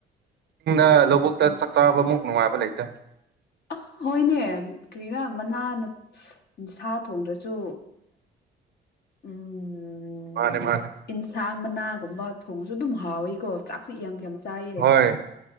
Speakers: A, on the right; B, on the left.
A: ꯑ ꯂꯧꯕꯨꯛꯇ
B: ꯎꯝ
A: ꯆꯥꯛ ꯆꯥꯕꯃꯨꯛ ꯅꯨꯡꯉꯥꯏꯕ ꯂꯩꯇ
B: ꯑ ꯍꯣꯏꯅꯦ ꯀꯔꯤꯅ ꯃꯅꯥꯅ ꯁꯥ ꯊꯣꯡꯗ꯭ꯔꯁꯨ ꯎꯝ
A: ꯃꯥꯅꯦ ꯃꯥꯅꯦ
B: ꯏꯟꯁꯥꯐ ꯃꯅꯥꯒꯨꯝꯕ ꯊꯣꯡꯉꯁꯨ ꯑꯗꯨꯝ ꯍꯥꯎꯋꯀꯣ ꯆꯥꯛꯁꯨ ꯌꯥꯝ ꯆꯥꯏꯌꯦ
A: ꯍꯣꯏ